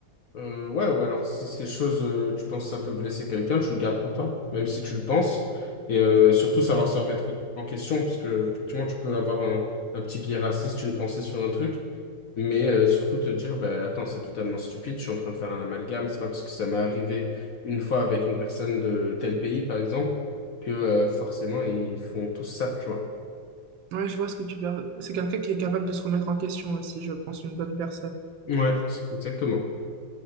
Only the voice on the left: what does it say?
Euh, ouais, ou alors si ces choses, euh, tu penses que ça peut blesser quelqu'un, tu le gardes pour toi, même si tu le penses. Et euh, surtout savoir se remettre en question, parce que effectivement, tu peux avoir un, un petit biais raciste, une pensée sur un truc, Mais euh, surtout te dire, bah, attends, c'est totalement stupide, je suis en train de faire un amalgame, c'est pas parce que ça m'est arrivé une fois avec une personne de tel pays, par exemple, que euh, forcément ils font tous ça, tu vois.
Ouais, c'est- exactement.